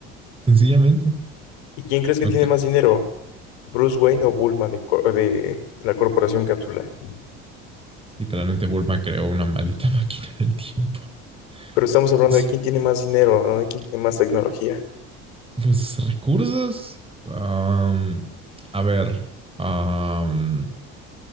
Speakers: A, on the right (about 15°); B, on the left (about 85°).
A: Sencillamente.
B: ¿Y quién crees que
A: Ok.
B: tiene más dinero? ¿Bruce Wayne o Bulma de, co- de la Corporación Cápsula?
A: Literalmente Bulma creó una maldita <laughs> máquina del tiempo.
B: Pero estamos
A: <laughs>
B: hablando
A: Sí.
B: de quién tiene más dinero, ¿no? De quién tiene más tecnología.
A: Pues recursos. Am, a ver. am,